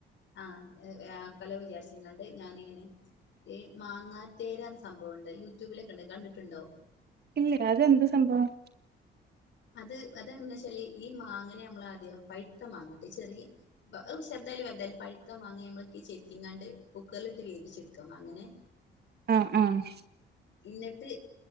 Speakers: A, on the left; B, on the right.
A: ആ അകല വിജാരിച്ചിങ്ങാണ്ട് ഞാനിങ്ങനെ. ഏ മാങ്ങാത്തേരാ എന്ന സംഭവോണ്ട് യൂട്യൂബിലൊക്കെണ്ട് കണ്ടിട്ടുണ്ടോ.
B: ഇല്ല അതെന്ത് സംഭവം.
A: അത് അതന്ന് വെച്ചാല് ഈ മാങ്ങനെ നമ്മളാദ്യം പഴുത്ത മാങ്ങട്ടെ ചെറിയ. <unintelligible> ചെറുതായാലും വലുതായാലും പഴുത്ത മാങ്ങേമ്മള് ചെത്തിങ്ങാണ്ട് കുക്കറിലിട്ട് വേവിച്ചെടുക്കാം അങ്ങനെ.
B: ആഹ്, ആഹ്.
A: എന്നിട്ട്